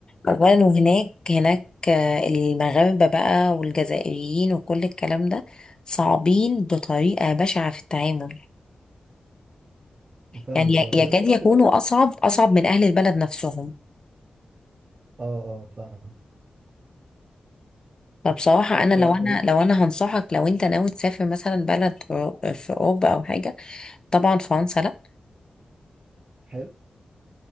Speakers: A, on the left; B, on the right.
A: أولا وهناك هناك آه، المغاربة بقى والجزائريين وكل الكلام ده صعبين بطريقة بشعة في التعامل
B: فاهمك
A: يعني ي-
B: اه طب
A: يكاد
B: انت رحت
A: يكونوا
B: مثلا
A: أصعب أصعب من أهل البلد نفسهم
B: اه اه فاهم
A: فبصراحة أنا
B: فطب
A: لو أنا لو أنا هنصحك لو أنت ناوي تسافر مثلا بلد أو- في أوروبا أو حاجة طبعا فرنسا لأ،
B: حلو